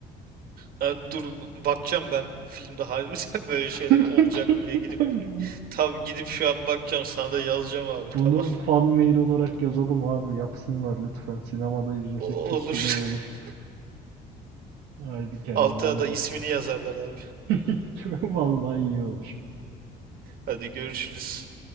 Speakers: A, on the right (about 60°); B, on the right (about 85°).
A: Ha, dur bakacağım ben bu filmde harbiden <laughs> böyle şeyler
B: <laughs>
A: olacak mı diye gidip
B: Öyle ona.
A: tam gidip şu an bakacağım sana da yazacağım abi
B: Bunu
A: tamam.
B: fan mail olarak yazalım abi. Yapsınlar lütfen. Sinemada izlesek
A: O-
B: çok
A: olur.
B: güzel olur.
A: <laughs>
B: Haydi kendine
A: Altına
B: iyi
A: da
B: bak.
A: ismini yazarlar abi.
B: <laughs> Vallahi iyi olur.
A: Hadi görüşürüz.